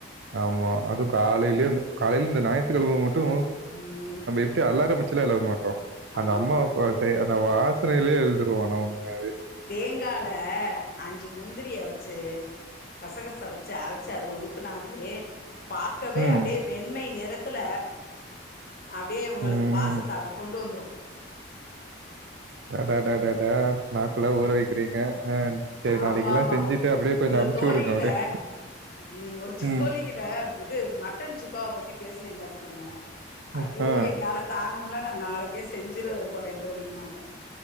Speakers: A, on the right; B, on the left.
A: ஆமா அது காலையிலே காலையில இந்த ஞாயித்துக்கெழம மட்டு
B: ம்
A: ட்டு அலாரோ வச்சில எழ மாட்டோ அந்த
B: ஆமா
A: அம்மா அப்ப செய்ற அந்த வாசனையிலேயே எழுந்துருவோ ஆன உண்மையவே
B: தேங்கால அஞ்சி முந்திரிய வச்சி கசகசவ வச்சி அரைச்சி அதுல ஊத்தனாவே பாக்கவே
A: ம்.
B: அப்டியே வெண்மை நெறத்துல அப்டியே உங்களுக்கு
A: ம்.
B: வாசத்த அப்டி கொண்டு வந்துரு
A: அடாடாடாடா நாக்கலா ஊற வக்கிறீங்க ஆ சரி
B: ஆமாமா
A: நாளைக்கெல்லாம் செஞ்சுட்டு அப்படியே கொஞ்சம்
B: ஒரு
A: அமுச்சு
B: தோழி
A: விடுங்க
B: கிட்ட
A: அப்படியே.
B: ம் ஒரு தோழி
A: ம்.
B: கிட் ட இது மட்டன் சுக்காவ பத்தி பேசுனே பாத்துக்கோங்க
A: ம்.
B: ஐயோ
A: ஆ
B: என்னையாலே தாங்க முல்ல நா நாளைக்கே செஞ்சிருவ போறே தோழினாங்க